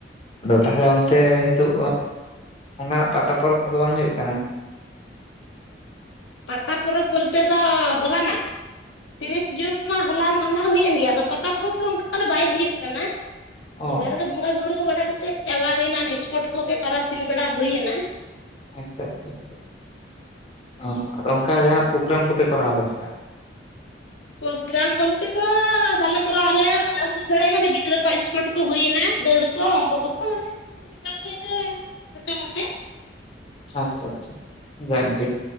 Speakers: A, on the left; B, on the left.
A: ᱟᱫᱚ ᱛᱟᱦᱚᱞᱮ ᱚᱱᱛᱮ ᱱᱤᱛᱚᱜ ᱚᱱᱠᱟᱱᱟᱜ ᱯᱟᱛᱟ ᱯᱚᱨᱚᱵᱽ ᱠᱚᱫᱚ ᱵᱟᱝ ᱦᱩᱭᱩᱜ ᱠᱟᱱᱟ? <inaudible>
B: ᱯᱟᱛᱟ ᱯᱚᱨᱚᱵᱽ ᱵᱚᱞᱛᱮ ᱫᱚ ᱦᱚᱞᱟᱱᱟᱜ ᱛᱤᱨᱤᱥ ᱡᱩᱱ ᱢᱟ ᱦᱚᱞᱟ ᱢᱟᱱᱟᱣ ᱦᱩᱭᱮᱱ ᱜᱮᱭᱟ ᱟᱫᱚ ᱯᱟᱛᱟ ᱯᱚᱨᱚᱵᱽ ᱫᱚ ᱚᱱᱠᱟ ᱫᱚ ᱵᱟᱭ ᱦᱩᱭᱩᱜ ᱠᱟᱱᱟ᱾
A: ᱚ
B: ᱦᱚᱞᱟ ᱨᱮ ᱜᱮ ᱵᱚᱸᱜᱟ ᱵᱩᱨᱩ ᱵᱟᱲᱮ ᱠᱟᱛᱮᱜ ᱪᱟᱵᱟ ᱞᱮᱱᱟ ᱤᱥᱯᱳᱴ ᱠᱚᱜᱮ ᱛᱟᱨᱟᱥᱤᱧ ᱵᱮᱲᱟ ᱦᱩᱭᱱᱟ
A: ᱟᱪᱪᱷᱟ ᱟᱪᱪᱷᱟ ᱟᱪᱷᱟᱷᱟ ᱚ ᱟᱫᱚ ᱚᱱᱠᱟ ᱦᱟᱸᱜ ᱯᱨᱳᱜᱨᱟᱢ ᱠᱚᱯᱮ ᱠᱚᱨᱟᱣᱫᱟ ᱪᱮᱛᱟ?
B: ᱯᱚᱜᱨᱟᱢ ᱵᱚᱞᱛᱮ ᱫᱚ ᱵᱟᱞᱮ ᱠᱚᱨᱟᱣ ᱚᱱᱮ ᱛᱟᱨᱟᱥᱤᱧ ᱵᱮᱲᱟ ᱜᱤᱫᱽᱨᱟᱹ ᱠᱚᱣᱟᱜ ᱤᱥᱯᱚᱴ ᱠᱚ ᱦᱩᱭᱮᱱᱟ ᱫᱟᱹᱲ ᱠᱚ ᱩᱱᱠᱩ ᱠᱚᱠᱚ ᱢᱟᱱᱮ <inaudible> ᱪᱷᱩᱴᱮ ᱢᱚᱸᱴᱮ
A: ᱟᱪᱪᱷᱟ ᱟᱪᱪᱷᱟ ᱟᱪᱪᱷᱟ ᱡᱟᱠᱜᱮ